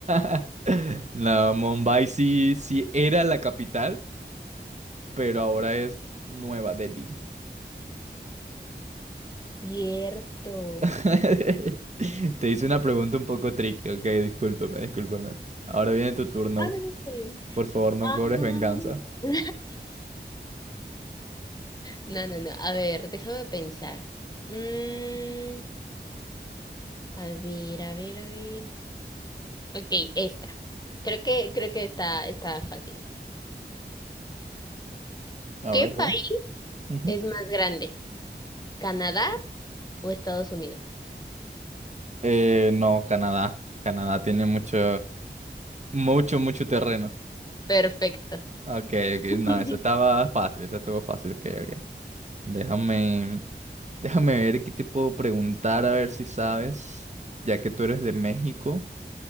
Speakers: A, on the right; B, on the left.
A: <laughs> no, Mumbai sí, sí era la capital, pero ahora es Nueva Delhi.
B: Cierto.
A: <laughs> Te hice una pregunta un poco tricky, ok, discúlpame, discúlpame. Ahora viene tu turno.
B: Ah, no, no, está bien.
A: Por favor, no
B: Ah.
A: cobres venganza.
B: <laughs> No, no, no. A ver, déjame pensar. Mm, a ver, a ver, a ver. Ok, esta. Creo que, creo que está, está fácil.
A: A
B: ¿Qué
A: ver,
B: país
A: a ver. Ujú.
B: es más grande? ¿Canadá o Estados Unidos?
A: Eh, no, Canadá. Canadá tiene mucho, mucho, mucho terreno.
B: Perfecto.
A: Ok, ok,
B: <laughs>
A: no, eso estaba fácil, eso estuvo fácil, ok, ok. Déjame, déjame ver qué te puedo preguntar, a ver si sabes, ya que tú eres de México.